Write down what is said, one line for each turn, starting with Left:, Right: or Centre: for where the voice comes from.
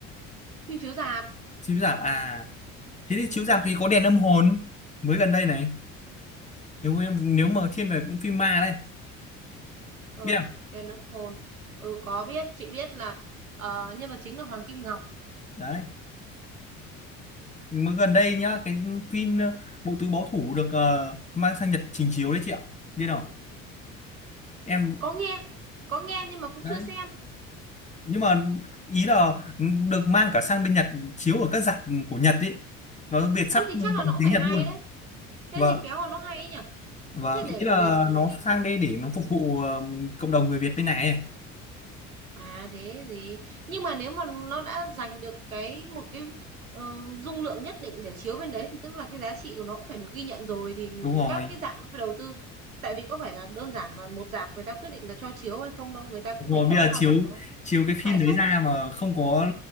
Right: phim chiếu rạp
Left: chiếu rạp à thế
Right: ừ,
Left: thì chiếu rạp thì có đèn âm hồn mới gần đây này nếu em nếu mà thiên về cũng phim ma đây
Right: ừ,
Left: biết không
Right: đèn âm hồn ừ có biết chị biết là ờ, nhân vật chính là Hoàng Kim Ngọc
Left: đấy nhưng mà gần đây nhá cái phim ờ, bộ tứ báo thủ được ờ, mang sang Nhật trình chiếu đấy chị ạ biết không em
Right: có nghe có nghe nhưng mà cũng
Left: đấy
Right: chưa xem
Left: nhưng mà ý là được mang cả sang bên Nhật chiếu ở các rạp của Nhật ý nó Việt sắp
Right: thế thì chắc là
Left: bằng
Right: nó cũng
Left: tiếng
Right: phải
Left: Nhật
Right: hay
Left: luôn
Right: đấy thế
Left: và
Right: thì khéo là nó hay ấy nhở
Left: và
Right: thế
Left: ý
Right: để,
Left: là
Right: để chị
Left: nó
Right: phải đi
Left: sang đây để
Right: tìm
Left: nó
Right: chị
Left: phục vụ
Right: xem
Left: ờ, cộng đồng người Việt bên này ấy.
Right: à thế gì nhưng mà nếu mà nó đã giành được cái một cái ờ, dung lượng nhất định để chiếu bên đấy thì tức là cái giá trị của nó cũng phải được ghi nhận rồi thì
Left: đúng rồi
Right: các cái rạp nó mới đầu tư tại vì có phải là đơn giản mà một rạp người ta quyết định là cho chiếu hay không đâu người ta cũng
Left: đúng rồi
Right: phải nhắm
Left: bây giờ
Right: là
Left: chiếu
Right: phải có
Left: chiếu cái phim
Right: lãi
Left: đấy
Right: suất
Left: ra mà không có